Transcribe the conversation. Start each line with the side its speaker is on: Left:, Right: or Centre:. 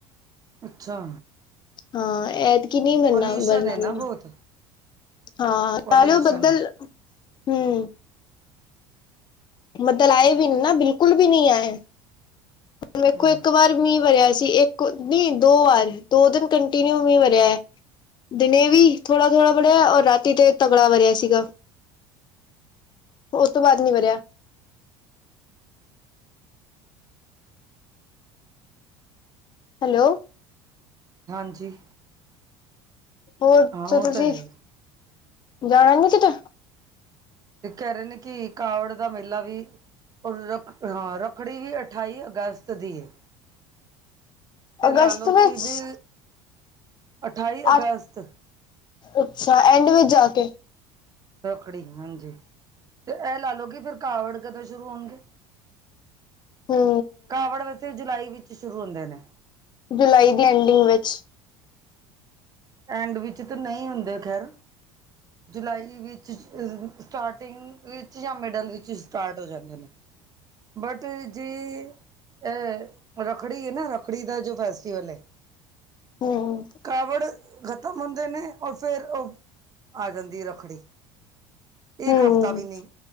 Right: ਅੱਛਾ।
Left: ਹਾਂ ਐਤ ਕੀ ਨੀ ਵਰਨਾ
Right: ਪੋਲਿਊਸ਼ਨ
Left: ਵਰਨਾ
Right: ਹੈ ਨਾ
Left: ਮੀਅ।
Right: ਬਹੁਤ
Left: ਹਾਂ
Right: ਪੋਲਿਊਸ਼ਨ
Left: ਨਾਲੇ ਓ ਬੱਦਲ ਹਮ। ਬਦਲ ਆਏ ਵੀ ਨੀ ਨਾ ਬਿਲਕੁਲ ਵੀ ਨੀ ਆਏ। ਵੇਖੋ
Right: ਹਾਂ
Left: ਇੱਕ ਵਾਰ ਮੀਹ ਵਰਆ ਸੀ ਇੱਕ ਨੀ ਦੋ ਵਾਰ ਦੋ ਦਿਨ ਕੰਟੀਨਿਊ ਮੀਹ ਵਰਆ ਐ। ਦਿਨੇ ਵੀ ਥੋੜਾ ਥੋੜਾ ਵੜਆ ਆ ਔਰ ਰਾਤੀ ਤੇ ਤਕੜਾ ਵਰਆ ਸੀਗਾ ਓ ਤੋਂ ਬਾਦ ਨੀ ਵਰਆ ਹੈਲੋ।
Right: ਹਾਂਜੀ।
Left: ਹੋਰ
Right: ਹਾਂ ਉਹ
Left: ਸੋ
Right: ਤਾਂ
Left: ਤੁਸੀ
Right: ਹੈ ਹੀ
Left: ਜਾਣਾ ਨੀ ਕੀਤੇ?
Right: ਏ ਕਹ ਰਹੇ ਨੇ ਕੀ ਕਾਵੜ ਦਾ ਮੇਲਾ ਵੀ ਔਰ ਹਾਂ ਰੱਖੜੀ ਵੀ ਅਠਾਈ ਅਗਸਤ ਦੀ ਏ। ਤੇ
Left: ਅਗਸਤ
Right: ਲਾ
Left: ਵਿੱਚ
Right: ਕੀ ਬੀ ਅਠਾਈ ਅਗਸਤ
Left: ਅੱ ਅੱਛਾ ਐਂਡ ਵਿੱਚ ਜਾ ਕੇ
Right: ਰੱਖੜੀ ਹਾਂਜੀ ਤੇ ਏ ਲਾ ਲੌ ਕੀ ਫੇਰ ਕਾਵੜ ਕਦੋਂ ਸ਼ੁਰੂ ਹੋਨਗੇ
Left: ਹੂੰ
Right: ਕਾਵੜ ਵੈਸੇ ਜੁਲਾਈ ਵਿੱਚ ਸ਼ੁਰੂ ਹੁੰਦੇ ਨੇ।
Left: ਜੁਲਾਈ ਦੀ ਐਂਡਿੰਗ ਵਿੱਚ।
Right: ਐਂਡ ਵਿੱਚ ਤੇ ਨਈ ਹੁੰਦੇ ਖੈਰ। ਜੁਲਾਈ ਵਿੱਚ ਸਟਾਰਟਿੰਗ ਵਿੱਚ ਯਾ ਮਿਡਲ ਵਿੱਚ ਸਟਾਰਟ ਹੋ ਜਾਂਦੇ ਨੇ। ਬਟ ਜੇ ਅ ਰੱਖੜੀ ਏ ਨਾ ਰੱਖੜੀ ਦਾ ਜੋ ਫੈਸਟਟੀਵਲ ਏ
Left: ਹੂੰ
Right: ਕਾਵੜ ਖਤਮ ਹੁੰਦੇ ਨੇ ਔਰ ਫੇਰ ਓ ਆ ਜਾਂਦੀ ਏ ਰੱਖੜੀ।
Left: ਹੂੰ
Right: ਇੱਕ ਹਫਤਾ ਵੀ ਨੀ